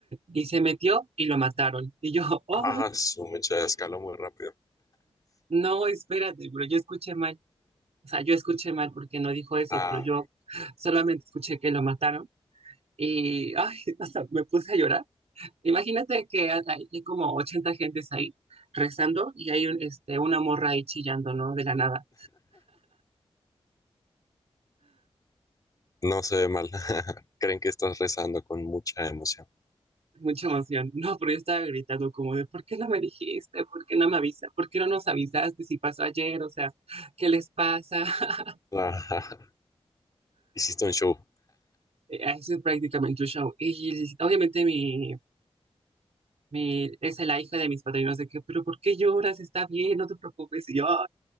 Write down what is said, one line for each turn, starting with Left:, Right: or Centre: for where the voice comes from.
Right: y se metió y lo mataron. Y yo, <laughs> oh,
Left: Ah, su mecha escaló muy rápido.
Right: no, espérate, pero yo escuché mal. O sea, yo escuché mal porque no dijo eso,
Left: Ah,
Right: pero yo solamente escuché que lo mataron. Y, ay, <laughs> o sea, me puse a llorar. Imagínate que hay hay como 80 gentes ahí rezando y hay un, este, una morra ahí chillando, ¿no? De la nada.
Left: no se ve mal. <laughs> Creen que estás rezando con mucha emoción. <laughs>
Right: Mucha emoción. No, pero yo estaba gritando como de, ¿por qué no me dijiste? ¿Por qué no me avisas ¿Por qué no nos avisaste si pasó ayer? O sea, ¿qué les pasa? <laughs>
Left: Ah, hiciste un show.
Right: Eh, Eso es prácticamente un show. Y obviamente mi, me, es la hija de mis padrinos, de que, pero ¿por qué lloras? Está bien, no te preocupes. Y yo,